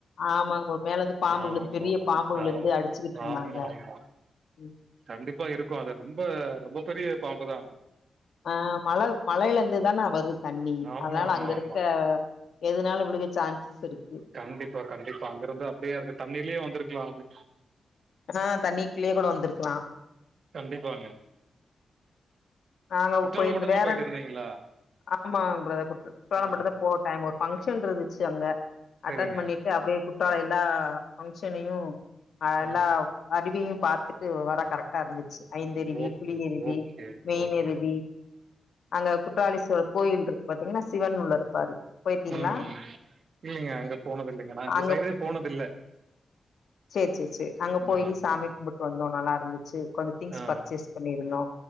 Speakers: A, on the left; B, on the right.
A: ஆமாங்க மேல இருந்து பாம்பு
B: ஆமா
A: விழுந்து பெரிய பாம்பு விழுந்து
B: ஆ
A: அடிச்சுக்கிட்டு இருந்தாங்க
B: ஆமா ஆமா
A: ம்.
B: கண்டிப்பா இருக்கு அது ரொம்ப ரொம்ப பெரிய பாம்பு தா
A: அ மலர் மலைல இருந்துதானா வருது தண்ணி
B: ஆமா,
A: அதனால
B: ஆமா,
A: அங்கருக்க
B: ஆமா.
A: எதுனாலு விழுக சான்ஸ்ஸிருக்
B: கண்டிப்பா கண்டிப்பா அங்கிருந்து அப்டே அது தண்ணிலே வந்துருக்கலா அது
A: ஆ தண்ணிக்குள்ளேயே கூடோ வந்துருக்கலா
B: கண்டிப்பாங்க
A: நாங்க
B: குற்றாலம்
A: போயிருந்த
B: மட்டுந்தா
A: வேற
B: போயிட்டு இருந்தீங்களா
A: ஆமாங் பிரதர் கு குற்றாளம்பட்டுதா
B: ஆ
A: போ டைம் ஒரு பங்க்ஷன் இருந்துச்சு அங்க
B: சரிங்க
A: அட்டன் பண்ணி அப்டே குற்றால எல்லா பங்க்ஷனையு அ
B: ஆ
A: எல்லா அருவியையு பாத்துட்டு வர கரெக்டா இருந்துச்சு Aintharuvi
B: okay
A: Puliyaruvi
B: okay
A: மெயினருவ்
B: okay
A: அங்க குற்றாளீஸ்வரர் கோயில் இருக்கு பாத்தீங்கன்னா சிவன் உள்ள இருப்பாரு போயிருக்கீங்களா
B: ம் ம் இல்லலைங்க அங்க போனது இல்லைங்க நா அந்த
A: அங்க
B: சைடே போனதில்ல
A: சேரி சேரி சேரி அங்க போயி
B: ஆ
A: சாமி கும்புட்டு வந்தோ நல்லா இருந்துச் சு கொஞ்ச திங்ஸ்
B: ஆ
A: பர்ச்சேஸ் பண்ணியிருந்தோ